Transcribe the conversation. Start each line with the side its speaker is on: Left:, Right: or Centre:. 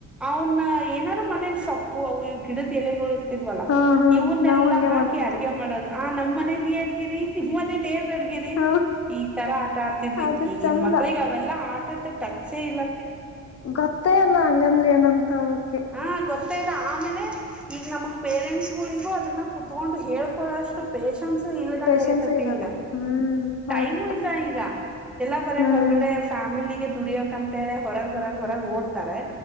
Centre: ಅವನ್ನ ಏನಾದಾರ ಮನೇಲಿ ಸೊಪ್ಪು ಅವು ಇ ಗಿಡದ ಎಲೆಗಳು ಇಲ್ವಲ್ಲ
Left: ಹಾ ಹಾ
Centre: ಇವನ್ನೆಲ್ಲಾ
Left: ನಾವು ಹಂಗೆ
Centre: ಹಾಕಿ
Left: ಮಾಡ್ತಿದ್ವಿ
Centre: ಅಡಗೆ ಮಾಡೋದು ಆ ನಮ್ಮ್ ಮನೇಲಿ ಹೇಡ್ಗಿರಿ ನಿಮ್ಮ್ ಮನಲಿ ಅಡ್ಗಿರಿ
Left: ಹ
Centre: ಈ ತರ ಆಟ ಆಡ್ತಿದ್ವಿ
Left: ಅದು
Centre: ಈಗನ್
Left: ಚಂದ
Centre: ಮಕ್ಳಿಗೆ ಅವೆಲ್ಲಾ ಆಟದ ಟಚೇ ಇಲ್ಲ
Left: ಗೊತ್ತೇ ಅಲ್ಲ ಹಂಗಂದ್ರ ಏನಂತ ಅವಕೆ
Centre: ಹಾ ಗತ್ತ ಇಲ್ಲ ಆಮೇಲೆ ಈಗ ನಮ್ಮ ಪೇರೆಂಟ್ಸ್ಿಗೂ ಅದನ್ನ ಕ ಕುತ್ಕೊಂಡು ಹೇಳ್ಕೊಡಷ್ಟು ಪೇ ಇಲ್ಲದಂಗ
Left: ಪೇಶನ್ಸ್
Centre: ಆಗ ತಪ್ಪಿ
Left: ಇರಲ್ಲ
Centre: ಈಗ
Left: ಹ್ಮ್ ಹೌದಕ್ಕ
Centre: ಟೈಮು ಇಲ್ಲ ಈಗ ಎಲ್ಲ ಬರ
Left: ಹ್ಮ್
Centre: ಹೊರಗಡೆ ಫ್ಯಾಮಿಲಿಗೆ ದುಡಿಯಕ್ ಅಂತ ಹೇಳೆ ಹೊರಗೆ ಹೊರಗೆ ಹೊರಗೆ ಓಡ್ತಾರೆ